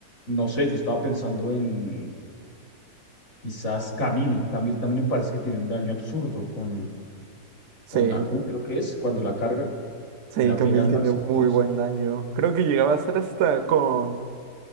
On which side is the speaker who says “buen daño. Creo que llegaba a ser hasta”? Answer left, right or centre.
Right